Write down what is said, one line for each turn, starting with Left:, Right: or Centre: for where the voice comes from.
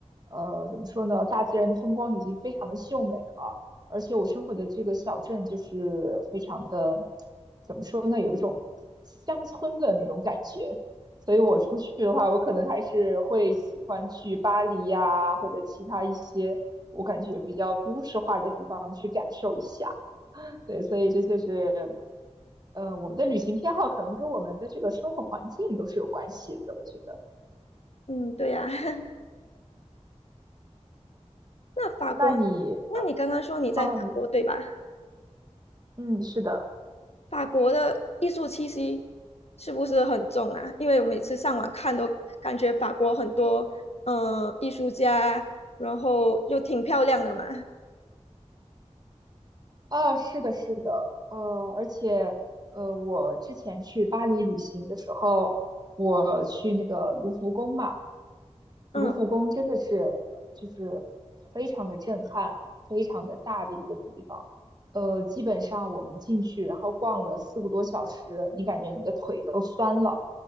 Right: 呃怎么说呢，大自然的风光已经非常的秀美了。而且我生活的这个小镇就是非常的，怎么说呢，有一种乡村的那种感觉。所以我出去的话，我可能还是会喜欢去巴黎呀，或者其他一些我感觉比较都市化的地方去感受一下。对，所以这就是，呃，我们的旅行偏好可能跟我们的这个生活环境都是有关系的，我觉得。
Left: 嗯，对呀、<laughs> 那法国呢那你刚刚说你在法国对吧？
Right: 那你，呃，哦，你，嗯，是的。
Left: 法国的艺术气息是不是很重啊？因为我每次上网看都感觉法国很多嗯、呃艺术家，然后又挺漂亮的嘛。
Right: 啊，是的，是的，呃，而且，呃，我之前去巴黎旅行的时候，我去那个卢浮宫嘛，
Left: 嗯
Right: 卢浮宫真的是呃就是非常的震撼，非常的大的一个地方，呃，基本上我们进去，然后逛了四个多小时，你感觉你的腿都酸了。